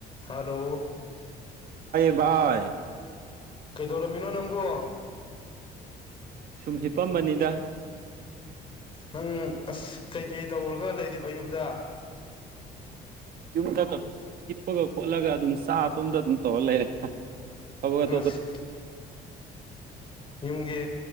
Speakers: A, on the left; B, on the right.
A: ꯍꯂꯣ
B: ꯚꯏ
A: ꯀꯩꯗꯧꯔꯃꯤꯅꯣ ꯅꯪꯒꯣ
B: ꯁꯨꯝ ꯍꯤꯞꯄꯝꯕꯅꯤꯗ
A: ꯅꯪ ꯑꯁ ꯀꯩꯀꯩ ꯇꯧꯔꯒ ꯂꯩꯔꯤꯕ ꯌꯨꯝꯗ
B: ꯌꯨꯝꯗ ꯀꯤꯞꯄꯒ ꯈꯣꯠꯂꯒ ꯑꯗꯨꯝ ꯆꯥ ꯑꯇꯣꯝꯗ ꯑꯗꯨꯝ ꯇꯧꯔ ꯂꯩꯔꯦ ꯑ
A: ꯑꯁ
B: ꯇꯣꯄ
A: ꯌꯨꯝꯒꯤ